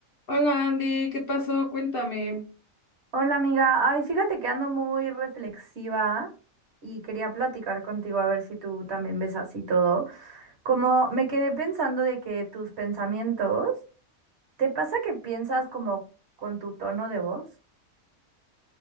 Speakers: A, on the left; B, on the right.
A: Hola Andy, ¿qué pasó? Cuéntame.
B: Hola amiga, ay, fíjate que ando muy reflexiva y quería platicar contigo a ver si tú también ves así todo. Como me quedé pensando de que tus pensamientos, ¿te pasa que piensas como con tu tono de voz?